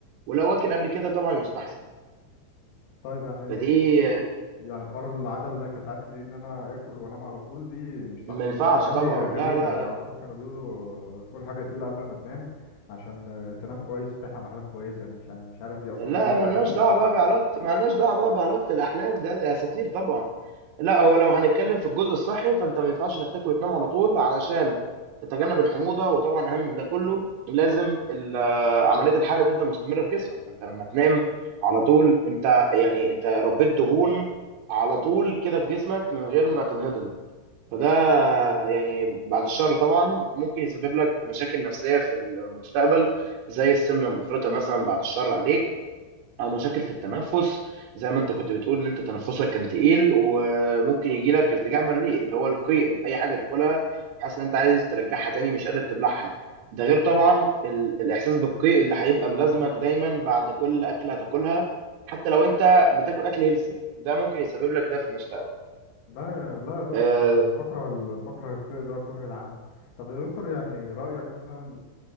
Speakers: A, on the right (about 75°); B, on the left (about 80°).
A: ولو واكل قبل كده طبعا يستحسن
B: طيب يعني
A: فدي
B: يعني الحوار العاده اللي كانت عندي دي ان انا اكل وانام على طول دي مش صح
A: ما ينفعش
B: مع اني
A: طبعا
B: غريبه
A: لا لا
B: يعني
A: لا
B: على طول كانوا بيقولوا آه، كل حاجه تقيله قبل ما تنام عشان آه، تنام كويس وتحلم احلام كويسه يعني مش ع- مش عارف دي اساطير
A: لا
B: ولا
A: مالناش
B: دي كانت
A: دعوه
B: ايه
A: بقى بعلاقه مالناش دعوه بقى بعلاقه الاحلام ده ده اساطير طبعا لا هو لو هنتكلم في الجزء الصحي فانت ما ينفعش انك تاكل وتنام على طول علشان تتجنب الحموضه وطبعا اهم من ده كله لازم ال- آه، عمليه الحرق تفضل مستمره في جسمك فانت لما تنام على طول انت يعني انت ربيت دهون على طول كده في جسمك من غير ما تنهضم فده يعني بعد الشر طبعا ممكن يسبب لك مشاكل نفسية في المستقبل زي السمنة المفرطة مثلا بعد الشر عليك أو
B: مم.
A: مشاكل في التنفس زي ما أنت كنت بتقول إن أنت تنفسك كان تقيل وممكن يجي لك ارتجاع مريء اللي هو القيء أي حاجة تاكلها حاسس إن أنت عايز ترجعها تاني مش قادر تبلعها ده غير طبعا ال- الإحساس بالقيء اللي هيبقى ملازمك دايما بعد كل أكلة هتاكلها حتى لو أنت بتاكل أكل هيلسي ده ممكن يسبب لك ده في المستقبل
B: لا يا- لا يا دكتور
A: آه،
B: ده أنا بكره ال... بكره القيء ده كره العمى طب يا دكتور يعني رأيك مثلا